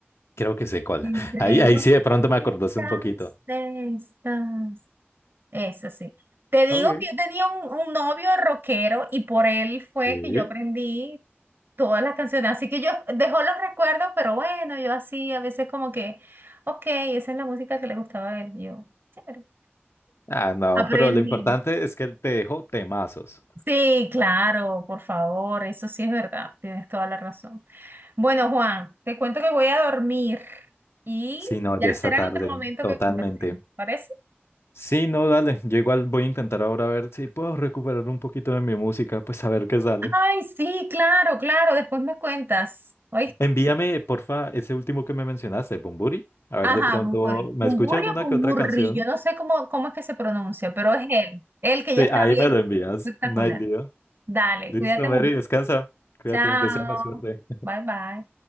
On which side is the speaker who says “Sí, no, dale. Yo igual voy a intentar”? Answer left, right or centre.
Left